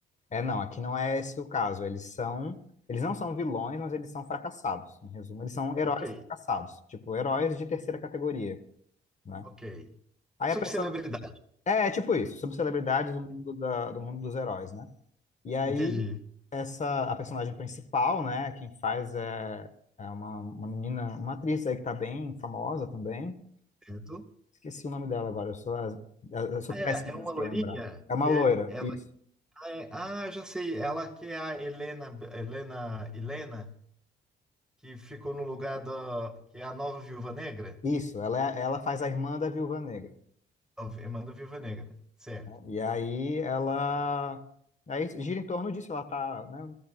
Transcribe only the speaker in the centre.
Ok,
ok.
Subcelebridade.
Entendi.
Certo?
Ah,
É, é uma loirinha
que
é, ela,
ah, é- ah, já sei, ela que é a Helena, Helena, Helena, que ficou no lugar da, que é a nova Viúva Negra,
a irmã da Viúva Negra, certo?